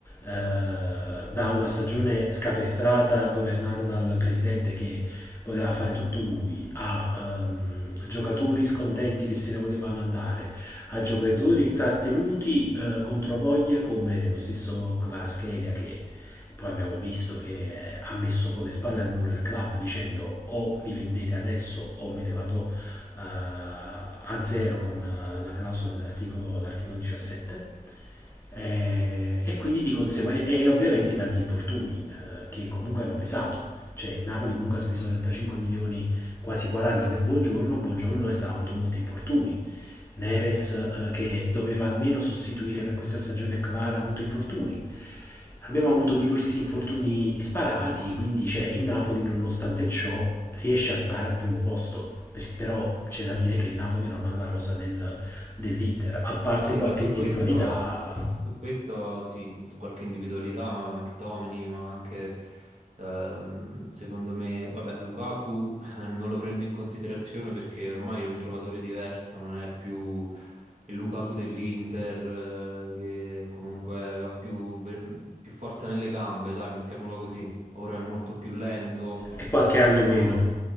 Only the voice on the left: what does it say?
eh, da una stagione scapestrata governata dal presidente che voleva fare tutto lui, a ehm, giocatori scontenti che se ne volevano andare a giocatori trattenuti eh, contro voglia come lo stesso Kvaraschelia che poi abbiamo visto che eh, ha messo con le spalle al muro il club dicendo o mi vendete adesso o me ne vado eh, a zero con eh, la clausola dell'articolo l'articolo 17 Eh, e quindi di conseguenza e ovviamente i tanti infortuni eh, che comunque hanno pesato cioè il Napoli comunque ha speso 35 milioni quasi 40 per Buongiorno Buongiorno è stato, ha avuto molti infortuni Neres eh, che doveva almeno sostituire per questa stagione Kvara ha avuto infortuni. Abbiamo avuto diversi infortuni disparati, quindi c'è il Napoli nonostante ciò riesce a stare al primo posto. Per- però c'è da dire che il Napoli non ha la rosa del- dell'Inter, a parte
qualche
individualità
e qualche anno
in meno.